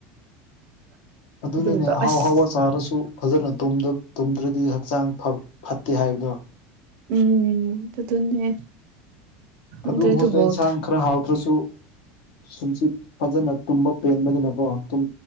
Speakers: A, on the left; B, on the right.
A: ꯑꯗꯨꯅꯤꯅꯦ
B: ꯑꯗꯨꯒꯤꯗꯣ
A: ꯑꯍꯥꯎ
B: ꯑꯁ
A: ꯍꯍꯥꯎꯕ ꯆꯥꯔꯁꯨ ꯐꯖꯅ ꯇꯨꯝꯗ꯭ꯔꯗꯤ ꯍꯛꯆꯥꯡ ꯐꯠꯇꯦ ꯍꯥꯏꯕꯗꯣ
B: ꯎꯝ ꯑꯗꯨꯗꯨꯅꯦ ꯈꯪꯗ꯭ꯔꯦ
A: ꯑꯗꯨꯝ <unintelligible>
B: ꯑꯗꯨ ꯕꯣꯜꯗꯣ
A: ꯏꯟꯁꯥꯡ ꯈꯔ ꯍꯥꯎꯗ꯭ꯔꯁꯨ ꯇꯨꯝꯁꯤꯠ ꯐꯖꯅ ꯇꯨꯝꯕ ꯄꯦꯟꯕꯗꯨꯅꯀꯣ ꯇꯨꯝ